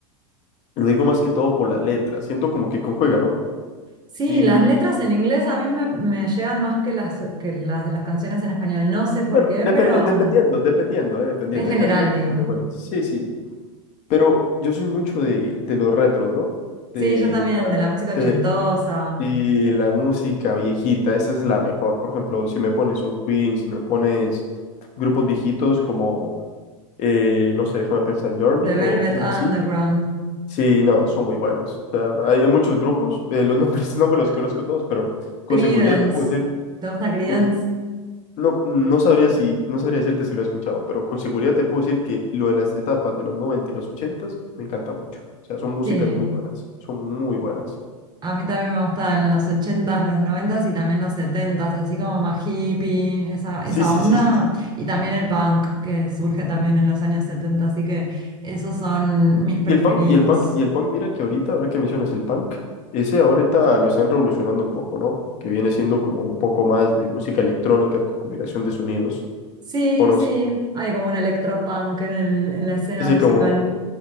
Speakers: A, on the left (about 45°); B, on the right (about 25°).
A: lo digo más que todo por las letras. Siento como que conjuga, ¿no?
B: Sí,
A: Y
B: las letras en inglés a mí me, me llegan más que las, que las de las canciones en español. No sé por
A: bueno,
B: qué,
A: depende,
B: pero
A: dependiendo, dependiendo, eh, dependiendo.
B: en general
A: Hay canciones
B: digo,
A: que son
B: ¿no?
A: muy buenas. Sí, sí. Pero yo soy mucho de, de los retros, ¿no?
B: Sí,
A: De,
B: yo también,
A: la-
B: de la música ochentosa,
A: de- Y la música viejita, esa es la mejor. Por ejemplo, si me pones un Queen, si me pones grupos viejitos como, eh, no sé, déjame pensar en Journey
B: de Velvet
A: o cosas
B: Underground,
A: así. Sí, no, son muy buenos. O sea, hay, hay muchos grupos, eh, los nombres <laughs> no me los conozco todos, pero con
B: Creedence.
A: seguridad te puedo decir,
B: ¿Te gusta Creedence?
A: con- no, no sabría si, no sabría decirte si lo he escuchado, pero con seguridad te puedo decir que lo de las etapas de los 90 y los 80 me encanta mucho. O sea, son músicas
B: Sí.
A: muy buenas, son muy buenas.
B: A mí también me gustan los ochentas, los noventas y también los setentas, así como más hippie, esa, esa
A: Sí, sí,
B: onda.
A: sí, sí. sí.
B: Y también el punk que surge también en los años setenta. así que esos son mis preferidos.
A: Y el punk, y el punk, y el punk, mira que ahorita, ahora que mencionas el punk, ese ahorita lo están revolucionando un poco, ¿no? Que viene siendo como un poco más de música electrónica con combinación de sonidos,
B: Sí,
A: o no
B: sí,
A: sé,
B: hay como un electropunk en el, en la escena
A: así
B: musical,
A: como,